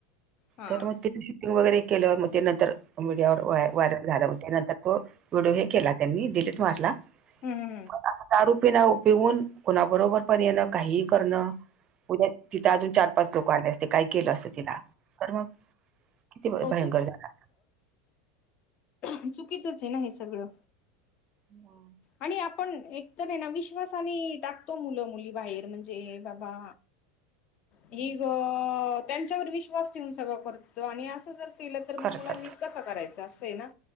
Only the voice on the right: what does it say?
तर मग ती वगैरे केलंग ते नंतर मीडियावर व्हायरल झाला म त्या नंतर तो? फोटो हे केला त्यांनी डिलीट मारला
पण दारू पि ना पिऊन कुणा बरोबर पण येणं काहीही करणं उद्या तिथं अजून चार पाच लोक आले ते काय केलं असं? तिला तर मग किती भयंकर
झाला
हम.
करतात